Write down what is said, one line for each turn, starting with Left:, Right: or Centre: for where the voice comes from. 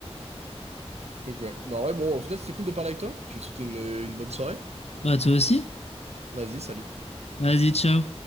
Right: Donc ouais. Mais en vrai, bon, au final, c'était cool de parler avec toi. Je vais te souhaiter une euh, une bonne soirée.
Left: Bah, toi aussi.
Right: Vas-y, salut.
Left: Vas-y, ciao.